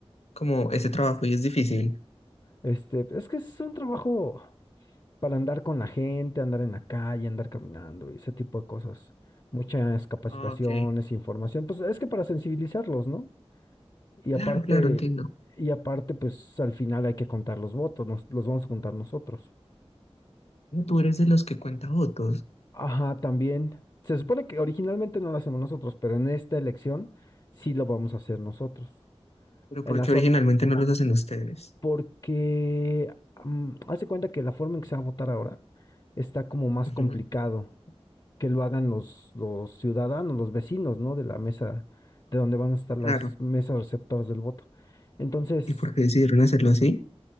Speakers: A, on the left; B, on the left.
A: como ese trabajo y es difícil.
B: Este, es que es un trabajo para andar con la gente, andar en la calle, andar caminando y ese tipo de cosas. Muchas capacitaciones,
A: Ah, ok.
B: información, pues es que para sensibilizarlos, ¿no? Y
A: Claro,
B: aparte,
A: claro, entiendo.
B: y aparte, pues al final hay que contar los votos, nos, los vamos a contar nosotros.
A: Ah, Tú eres de los que cuenta votos,
B: Ajá, también. Se supone que originalmente no lo hacemos nosotros, pero en esta elección sí lo vamos a hacer nosotros.
A: pero ¿por
B: En las,
A: qué originalmente
B: ot-
A: no los hacen ustedes?
B: porque mm, haz de cuenta que la forma en que se va a votar ahora está como más
A: Ujú,
B: complicado que lo hagan los, los ciudadanos, los vecinos, ¿no? De la mesa, de donde van a estar las
A: Claro.
B: mesas receptoras del voto. Entonces,
A: ¿Y por qué decidieron hacerlo así?